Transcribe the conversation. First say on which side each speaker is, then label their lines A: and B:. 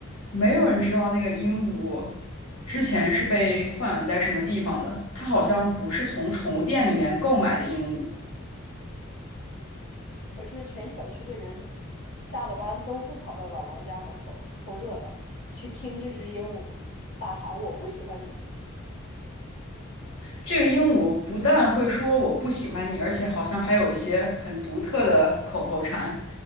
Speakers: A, on the left; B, on the left.
A: 没有人知道那个鹦鹉之前是被豢养在什么地方的。它好像不是从宠物店里面购买的鹦鹉。
B: 可是全小区的人下了班都会跑到老王家门口凑热闹，去听这只鹦鹉大喊“我不喜欢你”。
A: 这个鹦鹉不但会说我不喜欢你，而且好像还有一些很独特的口头禅，